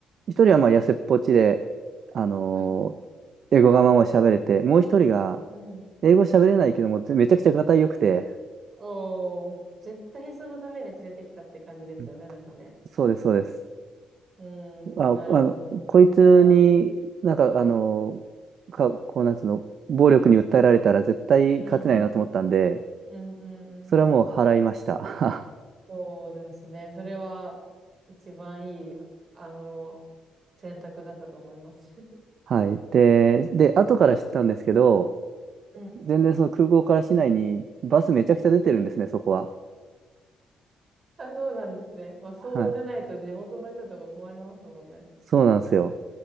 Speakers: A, on the right; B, on the right.
A: 一人はまあ痩せっぽちで、あのー
B: はい。
A: 英語がまあまあ喋れて、もう一人が、
B: うんうん。
A: 英語喋れないけども、めちゃくちゃがよくて、
B: おー、絶対そのために連れてきたって感じですよね、
A: うん
B: なんかね。
A: そうです、そうです。
B: うん、
A: あ、
B: なるほど。
A: あの、こいつに、
B: それは
A: なんか、あのーか、こう、なんつうの、暴力に訴えられたら絶対勝てないなと思ったんで、
B: うんうん。うんうんうん。
A: それはもう払いました。<laughs>
B: そうですね。それは一番いい、あの、選択だったと思います。<laughs>
A: はい。で、で、後から知ったんですけど、
B: うん。
A: 全然その空港から市内にバスめちゃくちゃ出てるんですね、そこは。
B: あ、そうなんですね。まあ、そうじゃないと地元の人とか困りますもんね。
A: はい。そうなんですよ。